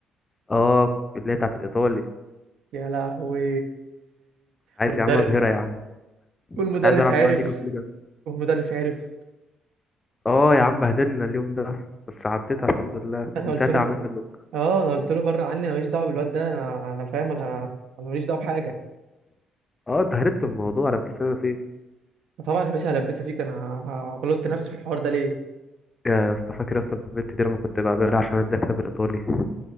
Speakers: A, on the left; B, on the right.
A: اه اللي هي بتاعت الايطالي
B: يا لهوي
A: عايز
B: والمدرب
A: يا عم ابهرها يا عم
B: والمدرس
A: كنت عايز العب
B: عارف
A: معاها ديجو فليجن
B: والمدرس عارف
A: اه يا عم بهدلنا اليوم ده بس عديتها الحمد لله
B: انا
A: من
B: قلت
A: ساعتها
B: له
A: عملت بلوك
B: اه انا قلت له بره عني انا ماليش دعوه بالواد ده انا انا فاهم انا انا ماليش دعوه بحاجه
A: اه انت هربت من الموضوع انا بس انا فيه
B: طبعا يا باشا هلبسها فيك انا غلطت نفسي في الحوار ده ليه
A: يا يا اسطى فاكر يا اسطى البت دي لما كنت بعملها عشان اديها بالايطالي